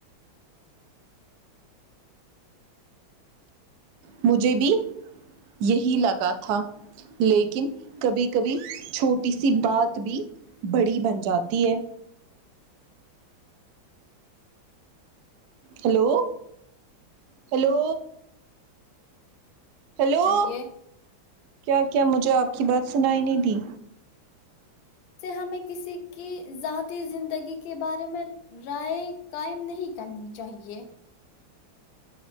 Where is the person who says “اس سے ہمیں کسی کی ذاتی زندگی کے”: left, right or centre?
Left